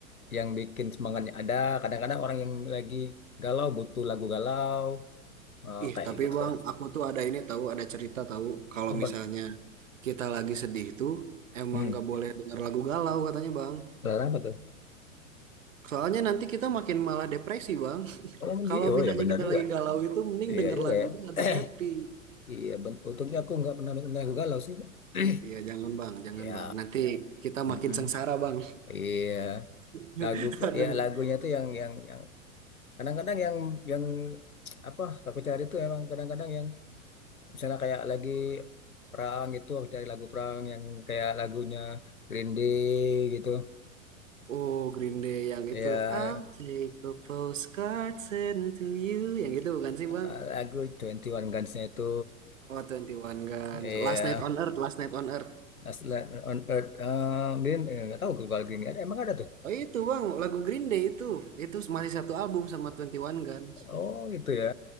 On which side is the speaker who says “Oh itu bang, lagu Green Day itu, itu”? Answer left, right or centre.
Right